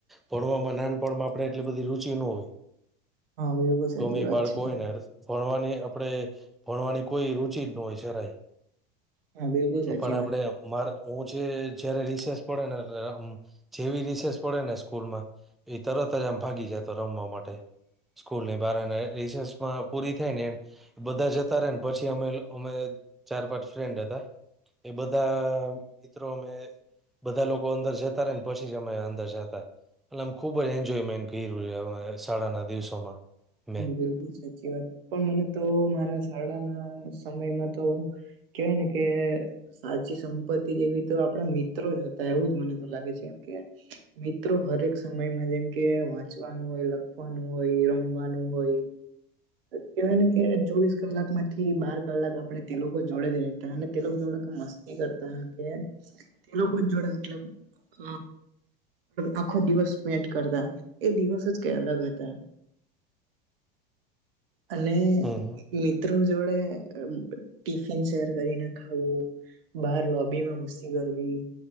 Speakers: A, in the centre; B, on the right.
A: ભણવામાં નાનપણમાં આપણે એટલી બધી રુચિ ન હોય.
B: બિલકુલ સાચી
A: ગમે
B: વાત
A: બાળકોયને.
B: છે તમારી
A: ભણવાની આપણેે ભણવાની કોઈ રુચિ જ ન હોય શરાય.
B: હા બિલકુલ સાચી
A: પણ આપડે.
B: વાત
A: મારે હું જે જયારે રિસેર્ચ પડે ને જેવી રિસેર્ચ પડે ને. સ્ૂલમાં એ તરત જ આમ ભાગી જાય તો રમવા માટે. ૂલની બાર રમાં પૂરી થાય ને બધા જ. પછી અમે અમે ચાર પાંચ ફ્રેન્ડ હતા. એ બધા મિત્રો મેમે. બધા લોકો અંદર જતા રે ને પછી જમા અંદર જતા. એલે આમ ખુબ જ એન્જોયમેન્ટ કર્યું છે અ શાળાના દિવસોમાં. મેં
B: હા બિલકુલ સાચી વાત પણ મને તો મારા શાળાના સમયમાં તો. કેવાય ને કે. સાચી સંપત્તિ જેવી તો આપણા મિત્રો જ હતા એવું જ મને તો લાગે છે કેમ કે. મિત્રો હરેક સમયમાં જેમ કે વાંચવાનું હોય લખવાનું હોય રમવાનું. હોય. કેહેવાય ને કે ચોવીસ કલાક માંથી બાર કલાક આપડે તે લોકો જોડે જ ર. અને તે લોકો જોડ મસ્તી કરતા કે. એ લોકો જ જોડે મતલબ હ. આખો દિવસ પેન્ટ કરતા એ દિવસ જ કઈ અલગ હતા. અને
A: હમ હમ
B: મિત્રો જોડે ટિફિન શેર કરીને ખાવું. બહાર લોબી માં મસ્તી કરવી.